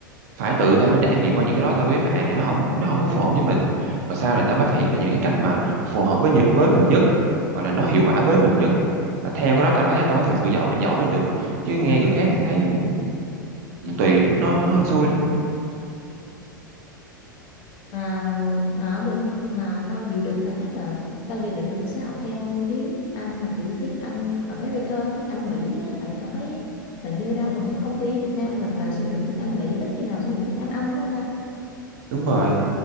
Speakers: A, on the right (about 50°); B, on the left (about 40°).
A: phải tự tao phải trải nghiệm qua những cái đó tao mới biết là à nó không nó không có phù hợp với mình mà sau này tao mới phát hiện ra những cái cách mà phù hợp với nhi- với mình nhất hoặc là nó hiệu quả với mình nhất là theo cái đó tao mới tao mới thực sự giỏi giỏi lên được chứ nghe người khác tao thấy nó tùy lắm nó hên xui lắm
B: mà mà ở bên Việt mà tao dự định là chắc là tao dự định là tao sẽ học theo tiếng Anh mà kiểu tiếng Anh America tiếng Anh Mỹ á. tại tao thấy là như đa phần mấy công ty Việt Nam mình là sử dụng tiếng Anh Mỹ ít khi nào sử dụng tiếng Anh Anh phải không ta
A: đúng rồi